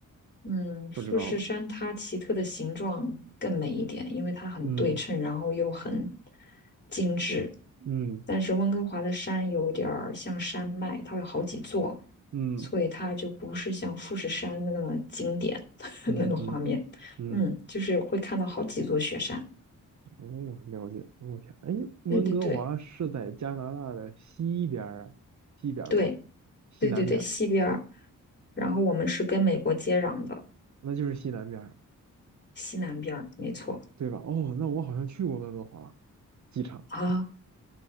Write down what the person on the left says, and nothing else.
嗯，富士山它奇特的形状更美一点，
因为它很对称，
然后又很精致。
但是温哥华的山有点儿像山脉，它有好几座，
所以它就不是像富士山的那么经典 <laughs>
那个画面。嗯，就是会看到好几座雪山。
对对对
对。
对对对，西边儿，然后我们是跟美国接壤的
西南边儿，没错
啊，